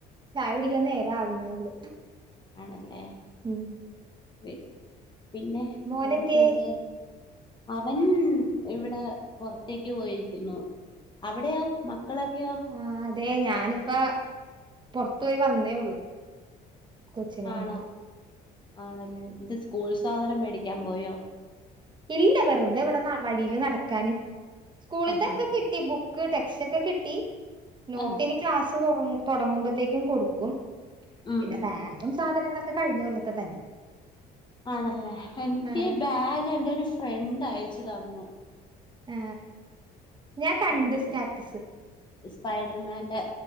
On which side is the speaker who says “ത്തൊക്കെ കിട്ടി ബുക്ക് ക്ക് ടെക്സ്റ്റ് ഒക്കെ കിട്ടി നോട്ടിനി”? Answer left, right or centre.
Right